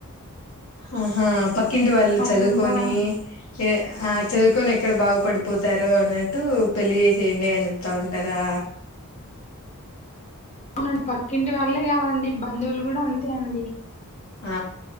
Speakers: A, on the left; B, on the left.
A: ఉహూ పక్కింటి వాళ్ళు
B: అట్లుంటదండి
A: చదువుకొని ఏ ఆ చదువుకొని ఎక్కడ బాగుపడిపోతారు అన్నట్టు పెళ్లి చేసేయండి అని చెప్తా ఉంటారా
B: అవునండి పక్కింటి వాళ్లే కాదండి బంధువులు కూడా అంతే అండి
A: ఆ